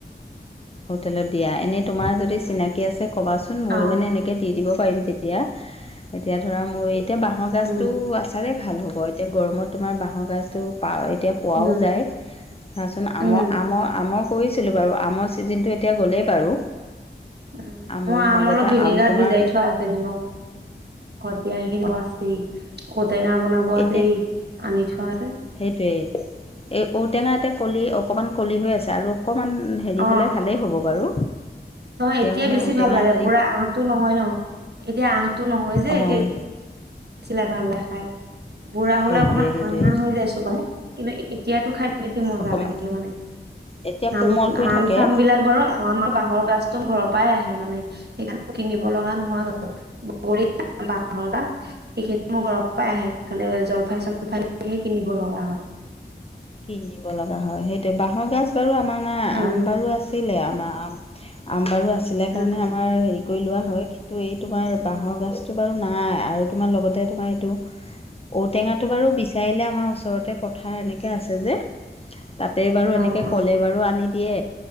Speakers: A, on the left; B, on the right.
A: হোটেলত দিয়া এনে তোমাৰ যদি চিনাকি আছে কবাচোন মোৰ
B: অ
A: মানে এনেকে দি। দিব পাৰিম তেতিয়া। এতিয়া ধৰা মোৰ এতিয়া বাঁহৰ গাজতো
B: উম
A: আচাৰেই ভাল হ'ব এতিয়া গৰমত তোমাৰ বাঁহৰ গাজতো পা। এতিয়া পোৱাও
B: উম
A: যায় আচোন আম
B: উম
A: আম আম কৈছিলো বাৰো আম। জিনতু এতিয়া গ'লেই বাৰু।
B: উ
A: আমৰ
B: মো
A: মাজতে
B: আম অলপ ভিনেগাৰত
A: তোমাৰ
B: ভিজাই থোৱা আছে নিমখ খত। এতিয়া সেইখিনিও আছেই ঔটেঙা বনাব আছেই
A: এতিয়া
B: আনি থোৱা যে।
A: সেইটোৱেই এই ঔটেঙা এতে কলি অকমান কলি হৈ আছে আৰু অকণমান হেৰি
B: অ
A: হ'লে ভালেই হ'ব বাৰু।
B: নহয় এতিয়া
A: মানে
B: বেছি
A: ঔটেঙা
B: ভাল লাগে
A: হেৰি
B: পুৰা আহটো নহয় ন এতিয়া আহটো নহয় যে
A: অঁ
B: এতিয়া। কিলে ভাল লাগে খাই বুঢ়া
A: সেইটোৱে
B: হ'লে অকমান
A: সেইটোৱে
B: আহা হৈ যায় চুবায় কিন্তু এতিয়া তো খাই। বেছি মজা
A: অকণমান
B: লাগে মানে
A: এতিয়া
B: আম
A: কোমল হৈ
B: আম
A: থাকে
B: চাম বিলাক বাৰো আমাৰ বাঁহৰ গাছ। একদম ঘৰৰ পৰাই আহে মানে সেইকাৰণ কিনিব লগা নহয় বাৰো বগৰী বাঁহৰ গাজ। সেইখিনি মোৰ
A: কিনিব লগা হয় সেইটো বাঁহৰ গাজ বাৰু আমাৰ নাই
B: উম
A: আম বাৰো আছিলে আম। আ আম বাৰু আছিলে
B: উম
A: কাৰণে আমাৰ হেৰি কৰি লোৱা। হয় কিন্তু এই তোমাৰ বাঁহৰ গাজটো বাৰু নাই আৰু তোমাৰ লগতে তোমাৰ এইটো। ঔটেঙাটো বাৰু বিচাৰিলে আমাৰ ওচৰতে পথাৰ এনেকে আছে। যে তাতে বাৰু এনেকে
B: অ অ
A: ক'লে বাৰু আনি দিয়ে।